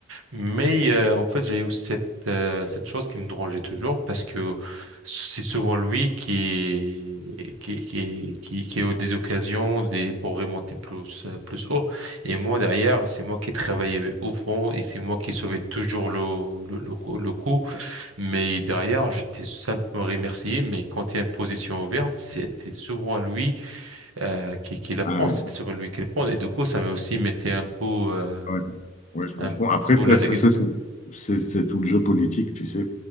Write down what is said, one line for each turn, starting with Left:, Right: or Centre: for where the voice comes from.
Right: Mais euh, en fait, j'ai eu cette euh, cette chose qui me dérangeait toujours parce que c'est souvent lui qui qui qui qui, qui a eu des occasions des pour remonter plus euh, plus haut. Et moi derrière, c'est moi qui travaillais au fond et c'est moi qui sauvais toujours le le le coup. le coup. Mais derrière, j'étais simplement remercié, mais quand il y a une position ouverte, c'était souvent lui euh, qui, qui la
Left: Ah
Right: prend,
Left: ouais.
Right: c'était souvent lui qui la prend. Et du coup, ça m'a aussi mettait un peu, euh,
Left: Ouais. Ouais, je comprends.
Right: un
Left: Après,
Right: peu
Left: ça,
Right: la
Left: ça,
Right: négative.
Left: ça, c'est c'est- c'est tout le jeu politique, tu sais.